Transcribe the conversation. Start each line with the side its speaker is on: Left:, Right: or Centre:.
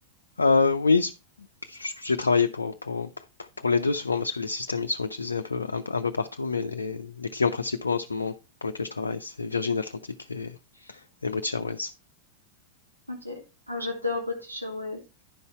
Left: Euh, oui, s- j'ai travaillé pour, pour, pour- pour les deux souvent parce que les systèmes ils sont utilisés un peu, un, peu un peu partout, mais les, les clients principaux en ce moment pour lesquels je travaille, c'est Virgin Atlantic et, et British Airways.
Right: OK. Ah j'adore British Airways.